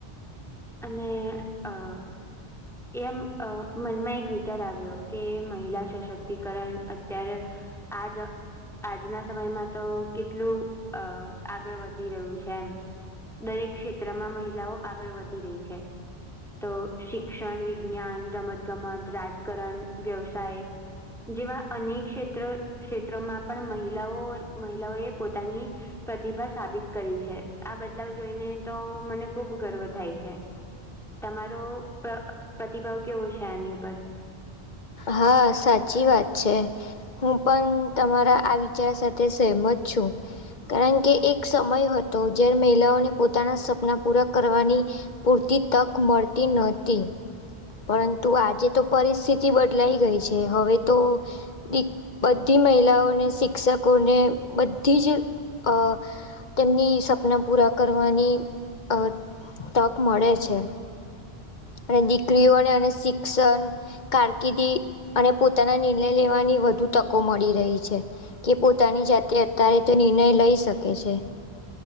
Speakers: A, in the centre; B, on the left.
A: અને અ એમ અ મનમાં એક વિચાર આવ્યો કે મહિલા સશક્તિકરણ અત્યારે આજ આજના સમયમાં તો કેટલું અ આગળ વધી રહ્યું છે એમ દરેક ક્ષેત્રમાં મહિલાઓ આગળ વધી રહી છે. તો શિક્ષણ વિજ્ઞાન રમત ગમત રાજકારણ વ્યવસાય જેવા અનેક ક્ષેત્રો ક્ષેત્રોમાં પણ મહિલાઓ મહિલાઓએ પોતાની પ્રતિભા સાબિત કરી છે આ બદલાવ જોઈને તો મને ખુબ ગર્વ થાય છે. છે તમારો પ્ર પ્રતિભાવ કેવો છે આની ઉપર
B: હા સાચી વાત છે. હું પણ તમારા આ વિચાર સાથે સહમત છું. કારણ કે એક સમય હતો જ્યારે મહિલાઓને પોતાના સપના પૂરા કરવાની પૂરતી તક મળતી નહોતી. પરંતુ આજે તો પરિસ્થિતિ બદલાઈ ગઈ છે હવે તો ડી બધી મહિલાઓને શિક્ષકોને બધી જ અ તેમની સપના પૂરા કરવાની અ તક મળે છે. અને દીકરીઓને અને શિક્ષણ કારકિર્દી અને પોતાના નિર્ણય લેવાની વધુ તકો મળી રહી છે. જે પોતાની જાતે અત્યારે તો નિર્ણય લઈ શકે છે.